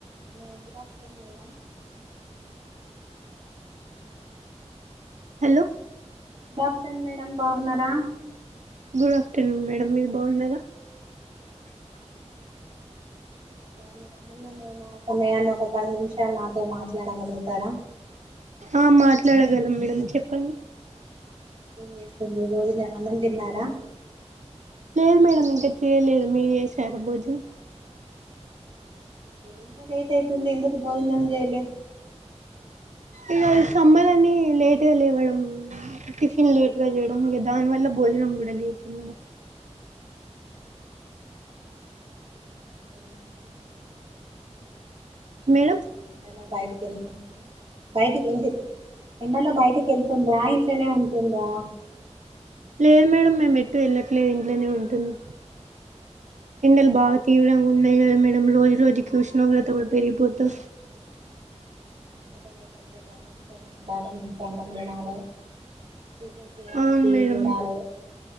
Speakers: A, on the right; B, on the right.
A: hello good after madam
B: hello
A: good after madam బాగున్నరా
B: good afternoon madam మీరు బాగున్నారా
A: మీ అమూల్యమైన సమయాన్ని ఒక పది నిమిషాలు నాతో మాట్లాడగలుగుతారా
B: ఆ మాట్లాడగలం మేడమ్ చెప్పండి
A: ఏం చేస్తుండ్రు రోజు లో అన్నం తిన్నారా
B: లేదు మేడం ఇంకా చేయలేదు మీరు చేసారా భోజనం
A: ఇంత లేట్ అయితుంది ఎందుకు భోజనం చేయలే
B: ఇగ ఇది సమ్మర్ అని లేట్ గా లేవడం టిఫిన్ లేట్ గా చేయడం ఇక దాని వల్ల భో భోజనం కూడా లేటే మేడం
A: ఏమైంది
B: మేడం
A: ఎండలో బయటికి వెళ్తున్నార బయటికి ఇంటి ఎండలో బయటికి వెళ్తుండ్రా ఇంట్లనే ఉంటుండ్రా
B: లేదు మేడం మేము ఎటు వెళ్ళట్లేదు ఇంట్లనే ఉంటున్నాం ఎండలు బాగా తీవ్రంగా ఉన్నయి కదా మేడం రోజు రోజుకి ఉష్ణోగ్రత కూడా పెరిగిపోతు
A: అందుకని ఎక్కడికి ఎళ్లోద్దు ఇంట్లనే ఉండాలే ఇంత అన్నం తినాలే టిఫిన్ చేయాలె
B: అవును
A: టివి
B: మేడం
A: చూడాలె